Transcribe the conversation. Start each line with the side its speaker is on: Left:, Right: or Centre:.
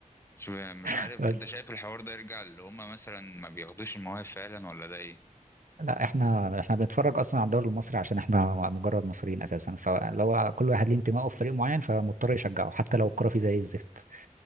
Left: تشوف مش
Right: <laughs>
Left: عارف
Right: بس
Left: انت شايف الحوار ده يرجع اللي هما مثلا ما بياخدوش المواهب فعلا ولا ده ايه
Right: لا احنا احنا بنتفرج اصلا على الدوري المصري عشان احنا مجرد مصريين اساسا فلو كل واحد ليه انتمائه في فريق معين فمضطر يشجعه حتى لو الكوره فيه زي الزفت